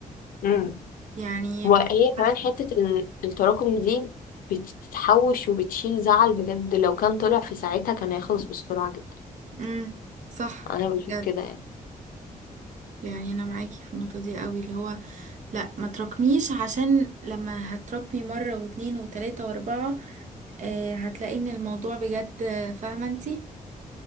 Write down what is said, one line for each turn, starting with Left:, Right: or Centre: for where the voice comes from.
Left: امم
Right: يعني
Left: وهي
Right: مش عارفة
Left: كمان حتة ال- التراكم دي بتتحوش وبتشيل زعل بجد لو كان طلع في ساعتها كان هيخلص بسرعة جدا
Right: امم صح
Left: أنا بشوف
Right: بجد
Left: كده يعني
Right: يعني انا معاكي في النقطة دي قوي اللي هو لا ما تراكميش عشان لما هتراكمي مرة واتنين وتلاتة واربعة آه هتلاقي ان الموضوع بجد آه، فاهمة انتي